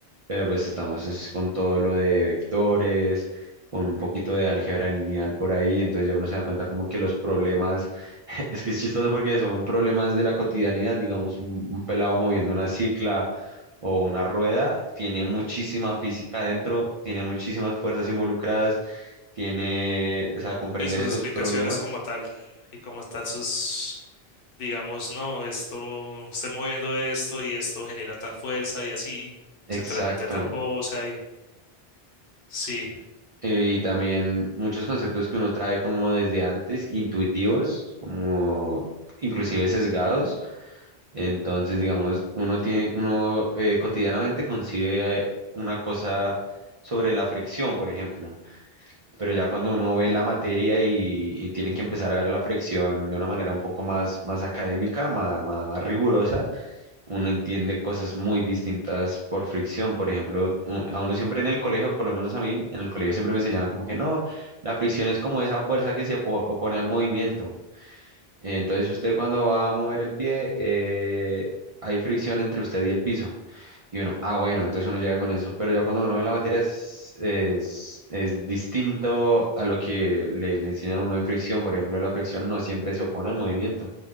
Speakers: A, on the right; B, on the left.
A: pero pues estamos es con todo lo de vectores, con un poquito de álgebra lineal por ahí, entonces ya uno se da cuenta como que los problemas, <laughs> es que es chistoso porque son problemas de la cotidianidad, digamos, un, un pelado moviendo una cicla o una rueda, tiene muchísima física dentro, tiene muchísimas fuerzas involucradas, tiene, o sea, comprender
B: y sus
A: esos
B: explicaciones
A: problemas.
B: como tal, y como tal sus, digamos, no, esto, estoy moviendo esto y esto genera tal fuerza y así,
A: Exacto.
B: se transmite a tal cosa y sí.
A: eh, y también muchos conceptos que uno trae como desde antes, intuitivos, como inclusive sesgados. Entonces, digamos, uno tiene, uno eh, cotidianamente concibe eh, una cosa sobre la fricción, por ejemplo. Pero ya cuando uno ve la materia y, y tiene que empezar a ver la fricción de una manera un poco más, más académica, más, más, más rigurosa, uno entiende cosas muy distintas por fricción. Por ejemplo, u- a uno siempre en el colegio, por lo menos a mí, en el colegio siempre me enseñaban como que no, la fricción es como esa fuerza que se opo- opone al movimiento. Entonces usted cuando va a mover el pie, eh, hay fricción entre usted y el piso. Y uno, ah, bueno, entonces uno llega con eso. Pero ya cuando uno ve la materia es, es, es distinto a lo que le, le enseñan a uno de fricción. Por ejemplo, la fricción no siempre se opone al movimiento.